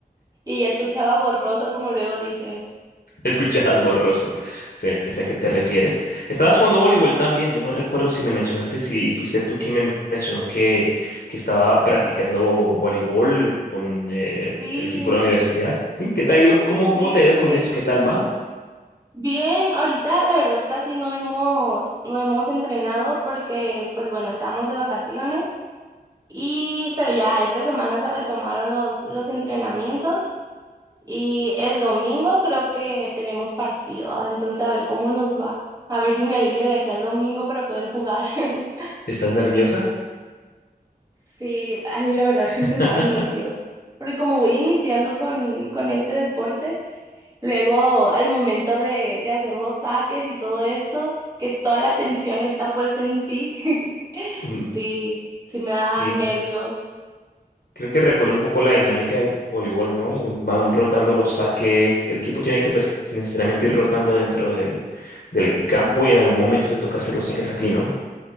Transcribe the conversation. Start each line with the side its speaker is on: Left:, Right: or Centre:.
Right: y ya escuchaba borroso, como luego dicen.
Left: <laughs> Escuchabas borroso, sé, sé a qué te refieres. Estabas jugando voleibol también, yo no recuerdo si me mencionaste, si fuiste tú quien me mencionó que, que estaba practicando voleibol con eh,
Right: Sí,
Left: el equipo de la universidad, ¿sí? ¿Qué te ha ido? ¿Cómo, cómo
Right: sí,
Left: te ha ido
Right: sí,
Left: con
Right: sí.
Left: eso? ¿Qué tal va?
Right: Bien, ahorita la verdad casi no hemos, no hemos entrenado porque, pues bueno, estábamos de vacaciones y, pero ya esta semana se retomaron los, los entrenamientos Y el domingo creo que tenemos partido, ah, entonces a ver cómo nos va. A ver si me alivio de aquí al domingo para poder jugar. <laughs>
Left: ¿Estás nerviosa?
Right: Sí, ay, la verdad
Left: <laughs>
Right: siempre me dan nervios. Porque como voy iniciando con, con este deporte, luego al momento de, de hacer los saques y todo esto, que toda la atención está puesta en ti, <laughs>
Left: Mm,
Right: sí, sí me da
Left: Sí.
Right: nervios.
Left: Creo que recuerda un poco la dinámica del voleibol, ¿no? Van rotando los saques, el equipo tiene que pues, necesariamente ir rotando dentro del, del campo y en algún momento te toca hacer los saques a ti, ¿no?